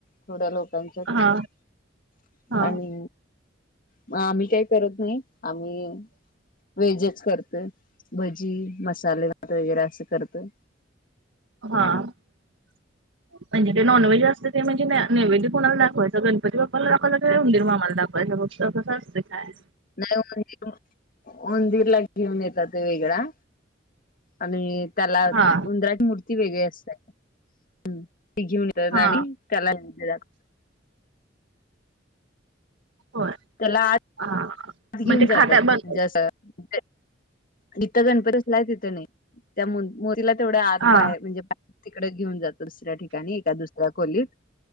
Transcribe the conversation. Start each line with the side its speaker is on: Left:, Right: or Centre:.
Left: थोडया लोक कांच्यात
Right: हा हा
Left: आणि... मग आम्ही काही करत नाई आम्ही.. वेजच करतोय. भजी... मसाले भात वगैरे असं करतोय.
Right: हा म्हणजे ते नॉनव्हेज असते ते... म्हणजे नैवेद कोणाला दाखवायचा... गणपती बाप्पाला दाखवायला, की उंदीर मामाला दाखवायचा मग तसंच असतं काय
Left: नाई उंदीरला... ऊंदीरला घेऊन येतात वेगळा आणि... त्याला
Right: हा
Left: उंदराची मूर्ती वेगळी असते... हूं... ती घेऊन त्येला
Right: हा
Left: आणि त्याला नैवद्य दाखव
Right: होय
Left: त्याला आज
Right: हा
Left: घेऊन
Right: मग ते खाता
Left: जातात
Right: बन
Left: <unintelligible> तिथं गणपती असलाय तिथं नई... त्या मू... मूर्तीला तेवढ्या आत
Right: हा
Left: बाहेर म्हणजे तिकडं घेऊन जातात... दुसऱ्या ठिकाणी... एका दुसऱ्या खोलीत...